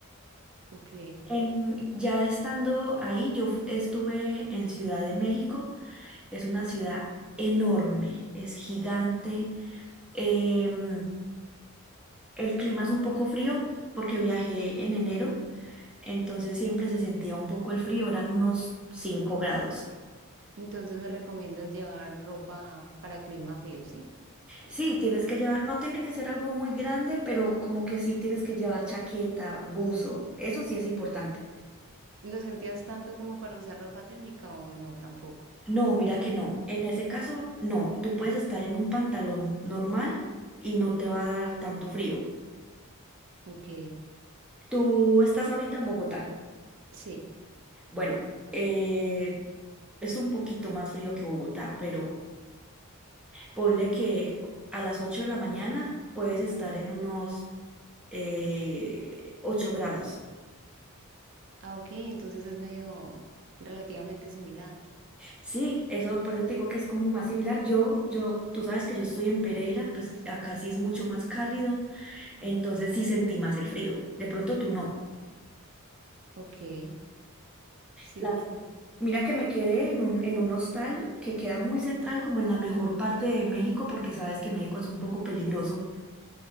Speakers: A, on the right; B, in the centre.
A: ok.
B: En, ya estando ahí, yo f- estuve en Ciudad de México. Es una ciudad enorme, es gigante. Em, el clima es un poco frío porque viajé en enero, entonces siempre se sentía un poco el frío, eran unos 5 grados.
A: Entonces me recomiendas llevar ropa para clima frío, ¿sí?
B: Sí, tienes que llevar, no tiene que ser algo muy grande, pero como que sí tienes que llevar chaqueta, buzo, eso sí es importante.
A: ¿Lo sentías tanto como para usar ropa térmica o no tampoco?
B: No, mira que no, en ese caso no, tú puedes estar en un pantalón normal y no te va a dar tanto frío.
A: Ok,
B: Tú estás ahorita en Bogotá.
A: sí.
B: Bueno, eh, es un poquito más frío que Bogotá, pero ponle que a las 8 de la mañana puedes estar en unos eh, 8 grados.
A: Ah, ok, entonces es medio relativamente similar.
B: Sí, eso por eso te digo que es como más similar. Yo, yo, tú sabes que yo estoy en Pereira, pues acá sí es mucho más cálido, entonces sí sentí más el frío. De pronto tú no.
A: Ok, sí, sí,
B: Las-
A: sí.
B: Mira que me quedé en un, en un hostal que queda muy central, como en la mejor parte de México, porque sabes que México es un poco peligroso.